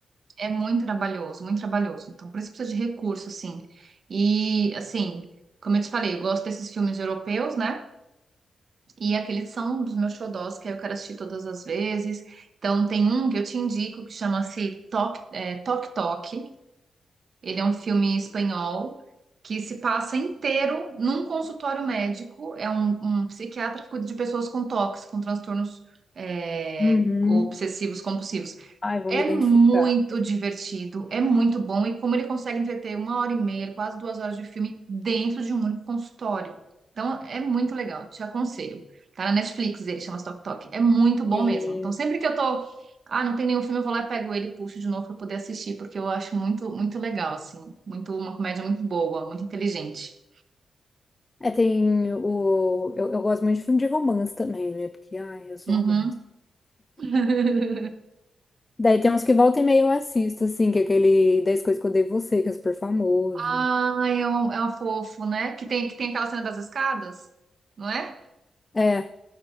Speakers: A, on the right (about 55°); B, on the left (about 25°).
A: é muito trabalhoso, muito trabalhoso. Então, por isso precisa de recurso, assim. E, assim, como eu te falei, eu gosto desses filmes europeus, né? E aqueles são um dos meus xodós, que aí eu quero assistir todas as vezes. Então, tem um que eu te indico que chama-se Tok, é, Tok Tok. Ele é um filme espanhol que se passa inteiro num consultório médico. É um, um psiquiatra que cuida de pessoas com toques, com transtornos é,
B: Uhum.
A: obsessivos compulsivos.
B: Ai, vou
A: É
B: me identificar.
A: muito divertido, é muito bom, e como ele consegue entreter uma hora e meia, quase duas horas de filme dentro de um único consultório. Então é muito legal, te aconselho. Tá na Netflix dele, chama Tok Tok. É muito bom
B: Tem,
A: mesmo. Então sempre que eu tô, ah, não tem nenhum filme, eu vou lá e pego ele e puxo de novo pra poder assistir, porque eu acho muito, muito legal, assim. Muito, uma comédia muito boa, muito inteligente.
B: é, tem o. Eu, eu gosto muito de filme de romance também, né? Porque, ai, eu sou
A: Uhum.
B: romance.
A: <laughs>
B: Daí tem uns que volta e meia eu assisto, assim, que é aquele dez coisas que eu odeio em você, que é super famoso.
A: Ai, é um, é um fofo, né? Que tem, que tem aquela cena das escadas, não é?
B: É,